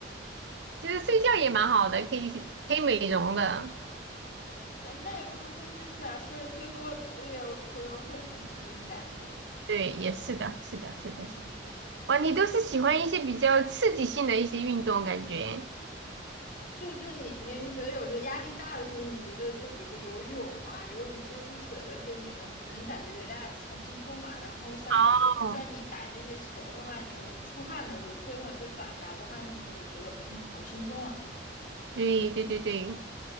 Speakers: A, on the right (about 75°); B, on the left (about 50°).
A: 其实睡觉也蛮好的，可以可以美容的。
B: 但但也不能天天睡啊，睡睡多了头也头也会很晕，感觉。
A: 对，也是的，是的，是的，
B: 嗯，
A: 是的。哇，你都是喜欢一些比较刺激性的一些运动，感觉。
B: 就就你您觉得有时候压力大的时候，你觉得就比如说游泳啊，游泳接触水的时候，你能能感觉 relax 放轻松嘛？然后像像你打这些球的话，
A: 哦，
B: 你有时候出汗的时候，最好就打打的汗的时候，你会觉得嗯好轻松啊。
A: 对对对对，